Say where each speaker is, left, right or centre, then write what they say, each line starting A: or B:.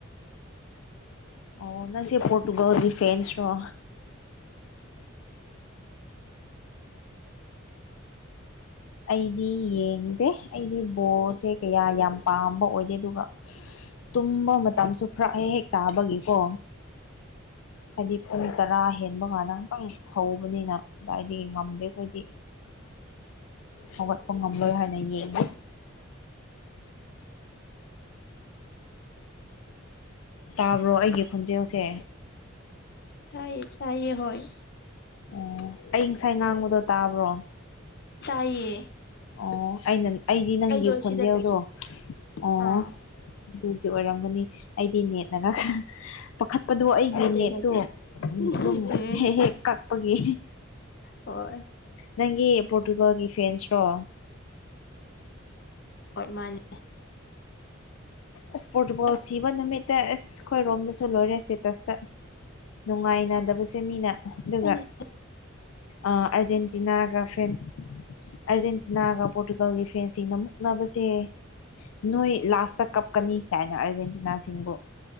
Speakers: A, on the left; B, on the left.
A: ꯑꯣ ꯅꯪꯖꯦ ꯄꯔꯣꯇꯨꯒꯜ ꯐꯦꯟꯁꯔꯣ ꯑꯩꯗꯤ ꯌꯦꯡꯗꯦ ꯑꯩꯗꯤ ꯕꯣꯁꯁꯦ ꯀꯌꯥ ꯌꯥꯝ ꯄꯥꯝꯕ ꯑꯣꯏꯗꯦ ꯑꯗꯨꯒ ꯇꯨꯝꯕ ꯃꯇꯝꯁꯨ ꯐꯔꯛ ꯍꯦꯛ ꯍꯦꯛ ꯇꯥꯕꯒꯤꯀꯣ ꯍꯥꯏꯗꯤ ꯄꯨꯡ ꯇꯔꯥ ꯍꯦꯟꯕ ꯉꯥꯟꯗ ꯉꯇꯪ ꯍꯧꯕꯅꯤꯅ ꯀꯗꯥꯏꯗꯒꯤ ꯉꯝꯗꯦ ꯑꯩꯈꯣꯏꯗꯤ ꯍꯧꯒꯠꯄ ꯉꯝꯂꯣꯏ ꯍꯥꯏꯅ ꯌꯦꯡꯗꯦ ꯇꯥꯕ꯭ꯔꯣ ꯑꯩꯒꯤ ꯈꯣꯟꯖꯦꯜꯁꯦ
B: ꯇꯥꯏꯌꯦ ꯇꯥꯏꯌꯦ ꯍꯣꯏ
A: ꯑꯣ ꯑꯩ ꯉꯁꯥꯏ ꯉꯥꯡꯕꯗꯣ ꯇꯥꯕ꯭ꯔꯣ
B: ꯇꯥꯏꯌꯦ
A: ꯑꯣ ꯑꯩꯅ ꯑꯩꯗꯤ ꯅꯪꯒꯤ
B: ꯑꯩꯗꯣ ꯑꯁꯤꯗ
A: ꯈꯣꯟꯖꯦꯜꯗꯣ
B: ꯀꯩꯅꯣ
A: ꯑꯣ
B: ꯑꯥ
A: ꯑꯗꯨꯒꯤ ꯑꯣꯏꯔꯝꯒꯅꯤ ꯑꯩꯗꯤ ꯅꯦꯠꯅꯔꯒ ꯄꯥꯈꯠꯄꯗꯣ ꯑꯩꯒꯤ
B: ꯅꯠꯇꯦ
A: ꯅꯦꯠꯇꯣ
B: ꯅꯠꯇꯦ
A: ꯑꯗꯨꯝ
B: ꯎꯝ
A: ꯍꯦꯛ ꯍꯦꯛ ꯀꯛꯄꯒꯤ
B: ꯍꯣꯏ
A: ꯅꯪꯒꯤ ꯄꯣꯔꯇꯨꯒꯜꯒꯤ ꯐ꯭ꯔꯦꯟꯁ ꯔꯣ
B: ꯍꯣꯢ ꯃꯥꯅꯦ
A: ꯏꯁꯄꯣꯔꯇꯤꯕꯣꯜ ꯁꯤꯕ ꯅꯨꯃꯤꯠꯇ ꯑꯦꯁ ꯑꯩꯈꯣꯏꯔꯣꯝꯗꯁꯨ ꯁꯨ ꯂꯣꯏꯔꯦ ꯁ꯭ꯇꯦꯇꯁꯇ ꯅꯨꯡꯉꯥꯏꯅꯗꯕꯁꯦ ꯃꯤꯅ ꯑꯗꯨꯒ
B: ꯑꯩꯗꯣ
A: ꯑꯔꯖꯦꯟꯇꯤꯅꯥꯒ ꯐ꯭ꯔꯦꯟꯁ ꯑꯥꯔꯖꯦꯟꯇꯤꯅꯥꯒ ꯄꯣꯔꯇꯨꯒꯜꯒꯤ ꯐꯦꯟꯁꯤꯅ ꯃꯨꯛꯅꯕꯁꯦ ꯅꯣꯏ ꯂꯥꯁꯇ ꯀꯥꯞ ꯀꯛꯀꯅꯤ ꯀꯥꯏꯅ ꯑꯥꯔꯖꯦꯟꯇꯤꯅꯥꯁꯤꯡꯕꯨ